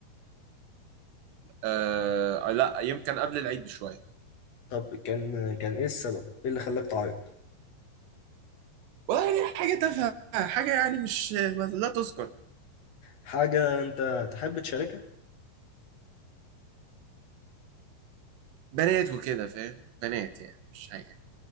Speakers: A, on the right (about 75°); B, on the left (about 45°).
A: آه لا يمكن قبل العيد بشوية
B: طب كان كان ايه السبب ايه اللي خلاك تعيط
A: والله يعني حاجة تافهة حاجة يعني مش ما- لا تذكر
B: حاجه انت تحب تشاركها
A: بنات وكده فاهم بنات يعني مش حاجة